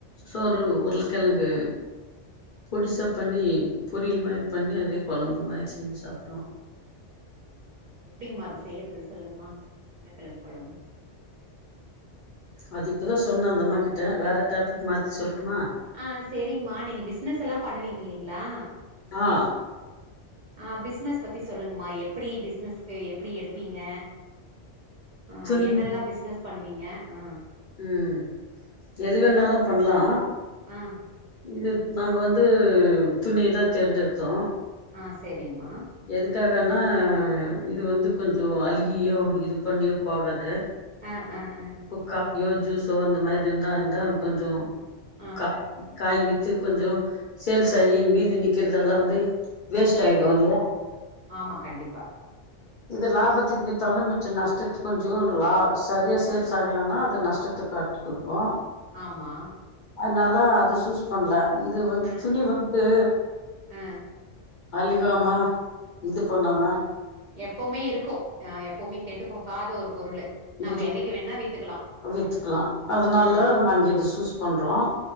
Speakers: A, on the left; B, on the right.
A: சோறு உருளக்கிழங்கு
B: உம்
A: பொடிசா பண்ணி பொரியல் மாரி பண்ணி அதே குழம்பு மாரி செஞ்சு சாப்ட்டோ
B: அப்டிங்களா எப்டிங்கமா அது செய்றது சொல்லுங்கமா உருக்கிழங்கு குழம்பு
A: அது இப்பதா சொன்ன அந்தம்மா கிட்ட வேற டாபிக் மாத்தி சொல்லட்டுமா
B: ஆ சரிங்கம்மா நீங்க பிசினஸ் எல்லாம் பண்ணுவீங்க இல்லைங்களா
A: ஆ
B: <unintelligible> ஆ பிஸ்னஸ் பத்தி சொல்லுங்கமா எப்படி பிஸ்னஸ்க்கு எப்படி எடுப்பீங்க ஆ
A: துணி
B: என்னல்லா பிஸ்னஸ் பண்ணுவீங்க ஆ
A: ம் எது வேணாலு பண்ணலா
B: ஆ
A: இது நாங்க வந்து துணி தா தேர்ந்தெடுத்தோ
B: ஆ சரிங்கமா
A: எதுக்காகன்னா இது வந்து கொஞ்ச அழுகியோ இது பண்ணியோ போகாது
B: ஆ ஆ அ
A: உப்பு க்காயோ ஜூஸோ அந்த மாதிரி இருந்தா இருந்தா கொஞ்சம்
B: ஆ
A: கா காய் வி கொஞ்ஜோ சேல்ஸ் ஆகி மீதி நிக்கறதெல்லா வந்து வேஸ்ட் ஆயிடும்
B: ஆ
A: இல்லயா
B: ஆமா கண்டிப்பா
A: இது லாபத்துக்கு வித்தாலும் மிச்சம் நஷ்டத்து கொஞ்சம் லா சரியாக சேல்ஸ் ஆகலன்னா அது நஷ்டத்துக்கு காட்டு கொடுப்போ
B: ஆமா
A: அதனால அத சூஸ் பண்ணல இது வந்து
B: ஆ
A: துணி வந்து
B: ஆ
A: அழுகாமா இது பண்ணாமா
B: எப்பவுமே இருக்கும் எப்பவுமே கெட்டு போகாத ஒரு பொருள் நம்ம
A: இருக்கு
B: என்னைக்கு வேணுணா வித்துக்கலா
A: வித்துக்கலா அதனால
B: ஆ
A: நாங்க இத சூஸ் பண்றோம்